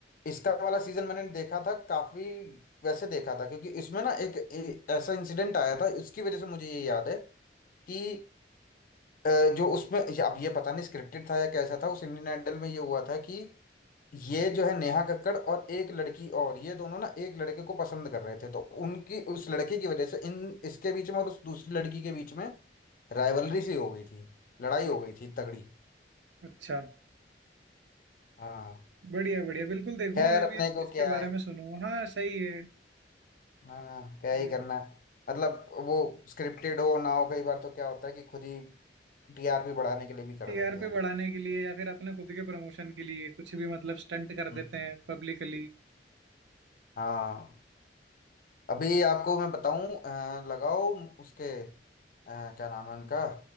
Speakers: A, on the left; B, on the right.
A: इसका वाला सीजन मैंने देखा था काफी वैसे देखा था क्योंकि इसमें ना एक, ए- ऐसा इंसिडेंट आया था उसकी वजह से मुझे ये याद है कि अ, जो उसमें या- अब ये पता नहीं स्क्रिप्टेड था या कैसा था उस इंडियन आइडल में ये हुआ था कि ये जो है नेहा कक्कड़ और एक लड़की और ये दोनों ना एक लड़के को पसंद कर रहे थे तो उनकी उस लड़के की वजह से इन इसके बीच में और उस दूसरी लड़की के बीच में राइवलरी सी हो गई थी लड़ाई हो गई थी तगड़ी
B: अच्छा
A: हाँ
B: बढ़िया बढ़िया बिल्कुल देखूंगा
A: खैर
B: मैं
A: अपने
B: भी इस-
A: को
B: इसके
A: क्या
B: बारे
A: है
B: में सुनूंगा हाँ सही है
A: हाँ क्या ही
B: बिल्कुल
A: करना है मतलब वो स्क्रिप्टेड हो ना हो कई बार तो क्या होता है कि खुद ही टीआरपी बढ़ाने के लिए भी कर
B: टीआरपी
A: देते हैं
B: बढ़ाने के लिए या फिर अपने खुद के प्रमोशन के लिए कुछ भी मतलब स्टंट कर
A: हम्म।
B: देते हैं पब्लिकली
A: हाँ अभी आपको मैं बताऊं अ, लगाओ उसके अ, क्या नाम है उनका